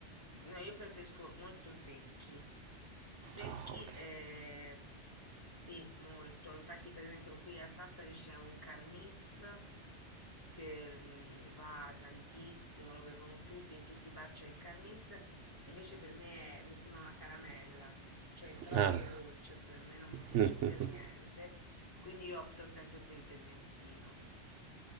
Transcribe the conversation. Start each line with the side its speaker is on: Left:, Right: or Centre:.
Left: No, io preferisco molto secchi. Secchi,
Right: Ah, ok.
Left: eh, sì, molto. Infatti, per esempio, qui a Sassari c'è un Carmis che mm, va tantissimo, lo bevono tutti, in tutti i bar c'è il Carmis. Invece per me è- mi sembra una caramella, cioè è troppo
Right: Ah,
Left: dolce, per me non mi piace
Right: mhm.
Left: per niente. Quindi io opto sempre per il vermentino.